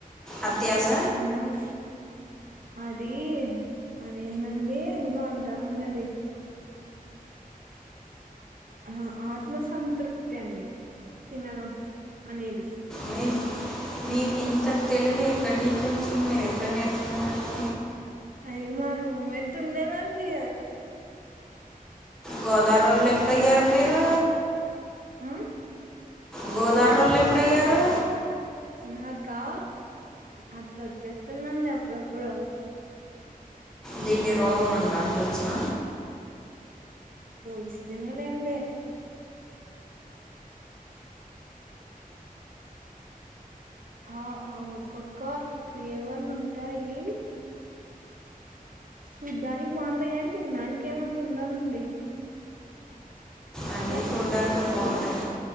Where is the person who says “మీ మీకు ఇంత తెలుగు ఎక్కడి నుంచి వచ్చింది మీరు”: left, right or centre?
Centre